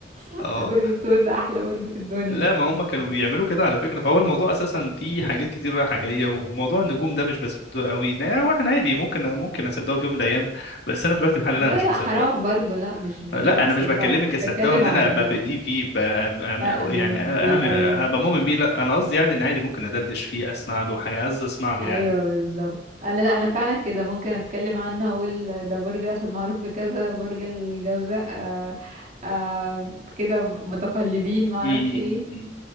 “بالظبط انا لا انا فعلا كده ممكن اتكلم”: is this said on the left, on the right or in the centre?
Right